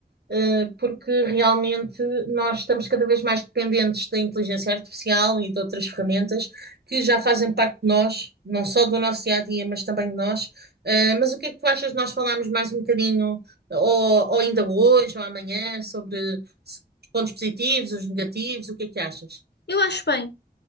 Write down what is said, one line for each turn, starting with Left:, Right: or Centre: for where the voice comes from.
Right: eh, porque realmente nós estamos cada vez mais dependentes da inteligência artificial e de outras ferramentas que já fazem parte de nós, não só do nosso dia a dia, mas também de nós. Eh, mas o que é que tu achas de nós falarmos mais um bocadinho, ou, ou ainda hoje, ou amanhã, sobre, sobre os pontos positivos, os negativos? O que é que achas?
Left: Eu acho bem.